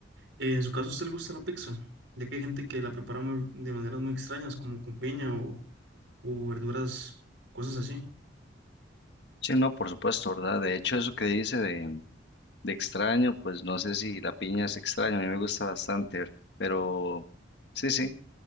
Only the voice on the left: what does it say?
Sí, no, por supuesto, ¿verdad? De hecho, eso que dice de, de extraño, pues no sé si la piña es extraña, a mí me gusta bastante, pero sí, sí,